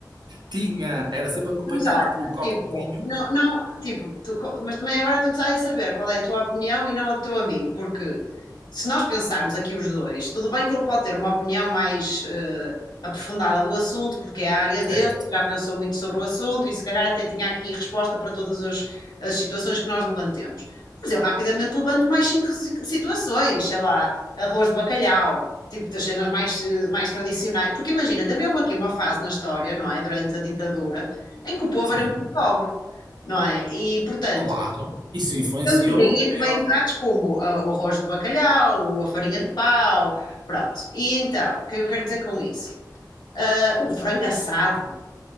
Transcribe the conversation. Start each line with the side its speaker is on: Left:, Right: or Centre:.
Right: tinha, era sempre acompanhado
Left: Mas olha,
Right: por um copo
Left: tipo,
Right: de vinho.
Left: não, não, tipo, tu co- mas também agora tenho de saber qual é a tua opinião e não a do teu amigo, porque se nós pensarmos aqui os dois, tudo bem que ele pode ter uma opinião mais eh, aprofundada do assunto, porque é a área
Right: Certo.
Left: dele, já pensou muito sobre o assunto e se calhar até tinha aqui resposta para todas as, as situações que nós levantemos. Mas eu rapidamente levanto mais cinco si- situações, sei lá, arroz de bacalhau. Tipo, das cenas mais, eh, mais tradicionais. Porque imagina, também houve aqui uma fase na história, não é? Durante a ditadura, em que o povo
Right: Sim,
Left: era muito pobre, não é? E, portanto,
Right: claro. Isso influenciou,
Left: então, e daí
Right: como
Left: é que
Right: é
Left: vêm
Right: óbvio.
Left: pratos como ah, o arroz de bacalhau, ou a farinha de pau, pronto. E então, o que é que eu quero dizer com isso? Ah, o frango assado,